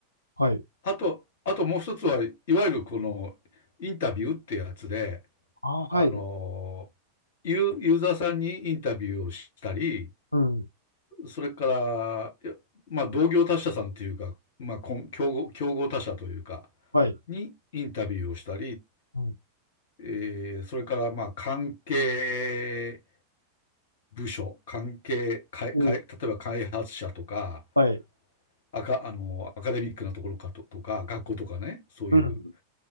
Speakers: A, on the left; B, on the left.
A: はい。
B: あと、あともう一つは、いわゆるこの、インタビューってやつで、
A: あー、
B: あの、
A: はい。
B: ユーユーザーさんにインタビューをしたり、
A: うん。
B: それから、いやまあ、同業他社さんというか、まあ、こん競合、競合他社というか、
A: はい。
B: にインタビューをしたり、
A: うん
B: えー、それから、まあ、関係部署、関係、かいかい例えば開発者とか、
A: うんはい。
B: アカ、あの、アカデミックなところかと、とか、学校とかね、そういう、
A: うん。